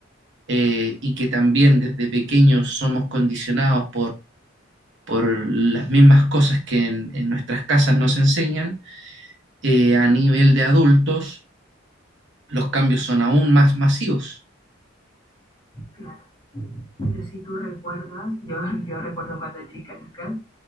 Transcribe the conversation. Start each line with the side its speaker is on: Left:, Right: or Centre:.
Right: eh, y que también desde pequeños somos condicionados por las mismas cosas que en, en nuestras casas nos enseñan, eh, a nivel de adultos los cambios son aún más masivos.
Left: Claro, pero si tú recuerdas, yo, yo recuerdo cuando chica, Lucas,